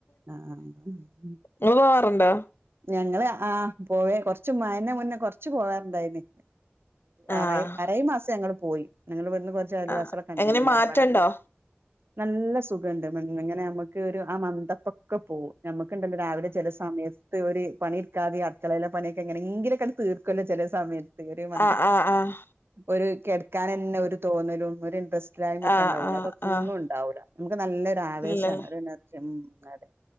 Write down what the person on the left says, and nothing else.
നിങ്ങള് പോവാറുണ്ടോ?
ആഹ്
ആഹ്
എങ്ങനെ
മാറ്റണ്ടോ
ആഹ് ആഹ് ആഹ്
ആഹ്
ആഹ് ആഹ്
ആഹ്
ഇല്ലല്ലേ